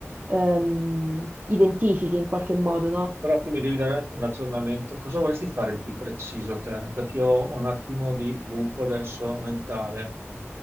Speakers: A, on the right (about 35°); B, on the right (about 55°).
A: ehm, identifichi in qualche modo, no?
B: Però tu mi devi dare un aggiornamento, cosa vorresti fare di preciso te? Perché io ho un attimo di buco adesso mentale.